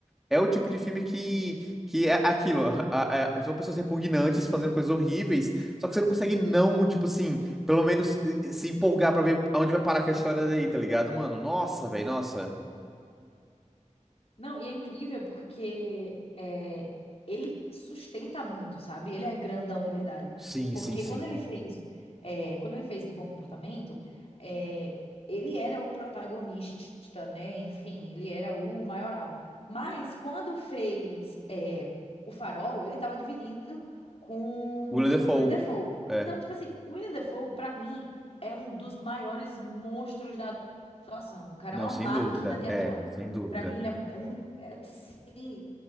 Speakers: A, in the centre; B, on the left (about 50°).
A: É o tipo de filme que, que é aquilo. <laughs> a- a- são pessoas repugnantes fazendo coisas horríveis. Só que você não consegue não, tipo assim, pelo menos eh, eh, se empolgar pra ver aonde vai parar aquela história daí, tá ligado, mano? Nossa, velho, nossa.
B: Não, e é incrível porque é, ele sustenta muito, sabe? Ele é grandão de verdade.
A: Sim,
B: Porque
A: sim, sim.
B: quando ele fez, é, quando ele fez Bom Comportamento, é, ele era o protagonista, né? Enfim, ele era o maioral. Mas quando fez, é, O Farol, ele estava dividido com
A: Willem Dafoe.
B: o Willem Dafoe.
A: É.
B: Então, tipo assim, o Willem Dafoe, pra mim, é um dos maiores monstros da atuação. O cara
A: Não,
B: é uma
A: sem
B: máquina
A: dúvida.
B: de
A: É,
B: atuar.
A: sem dúvida.
B: Pra mim, ele é um, é um- é assim,